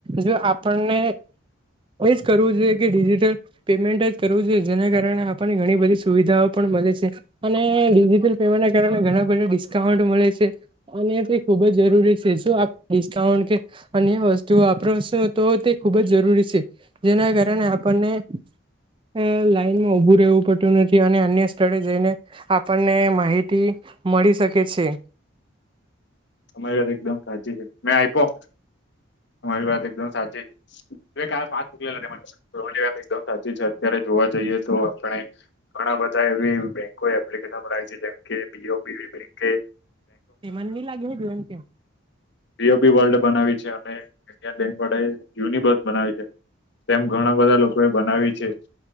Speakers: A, on the right; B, on the left.
A: જો આપણને એજ કરવું જોઈએ કે ડિજિટલ પેમેન્ટ જ કરવું જોઈએ જેના કારણે આપણને ઘણી બધી સુવિધાઓ પણ <inaudible> અને ડિજિટલ પેમેન્ટ કારણે ઘણા ડિસ્કાઉન્ટ મળે છે અને તે ખુબ જ જરૂરી છે શું આપ ડિસ્કાઉન્ટ કે અન્ય વસ્તુ વાપરો છો, તો તે ખૂબ જ જરૂરી છે જેના કારણે આપણને લાઈનમાં ઉભું રહેવું પડતું નથી અને અન્ય સ્થળે જઈને આપણને માહિતી મળી શકે છે.
B: તમારી વાત એકદમ સાચી છે, મેં આપ્યો, તમારી વાત એકદમ સાચી છે- એ કાલ પાચ મોકલેલા તમારી ની વાત એકદમ સાચી છે અત્યારે જોવા જઈએ તો આપણે ઘણા બધા એવી બેકો એપ્લિકેશન સંભળાય છે, જેમ કે બીઓબી બેકે
A: તે મને લાગે <unintelligible> કેમ?
B: બિઓબિ વર્લ્ડ બનાવી છે, અને <unintelligible> બેંકવાળાએ યુનિબર્સ બનાવી છે. તેમ ઘણા બધા લોકો એ બનાવી છે